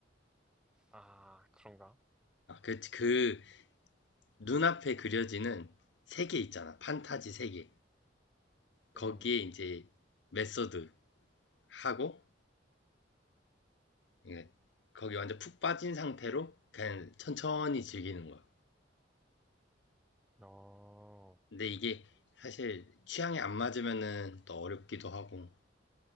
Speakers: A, in the centre; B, on the left (about 75°).
A: 아, 그런가?
B: 아, 그, 그 눈앞에 그려지는 세계 있잖아. 판타지 세계. 거기에
A: 음,
B: 이제 메소드 하고, 예, 거기 완전 푹 빠진 상태로 그냥 천천히 즐기는 거야.
A: 어,
B: 근데 이게 사실 취향이 안 맞으면은 또 어렵기도 하고